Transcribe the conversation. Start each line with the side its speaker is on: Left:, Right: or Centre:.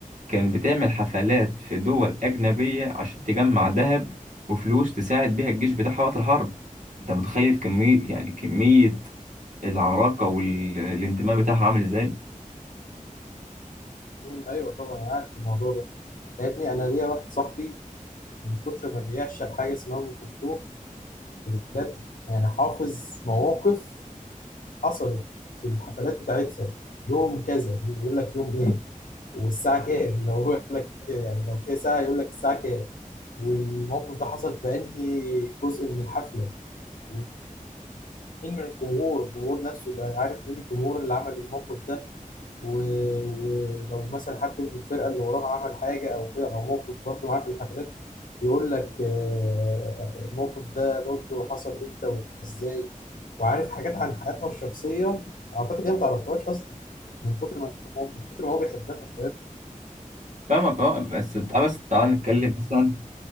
Right: كانت بتعمل حفلات في دول أجنبية عشان تجمع ذهب وفلوس تساعد بيها الجيش بتاعها وقت الحرب أنت متخيل كمية يعني كمية العراقة والانتماء بتاعها عامل إزاي؟
Left: مم، ايوه طبعا انا عارف الموضوع ده يا ابني انا ليا واحد صاحبي من كتر ما بيعشق حاجه اسمها ام كلثوم بجد يعني حافظ مواقف حصلت في الحفلات بتاعتها يوم كذا يقول لك يوم ايه والساعة كام لو هو يقول لك يعني لو فيها ساعة يقول لك الساعة كام والموقف ده حصل في أنهي جزء من الحفلة وال- مين من الجمهور الجمهور نفسه يبقى عارف مين الجمهور اللي عمل الموقف ده و... ولو مثلا حد من الفرقة اللي وراه عمل حاجة أو كده أو موقف برضه معاه في الحفلات يقول لك آه، الموقف ده برضه حصل إمتى وإزاي وعارف حاجات عن حياتها الشخصية أعتقد هي ما تعرفهاش أصلا من كتر ما هو من كتر ما هو بيحبها
Right: فاهمك أه بس
Left: فاهم
Right: تعال بس تعال نتكلم مثلا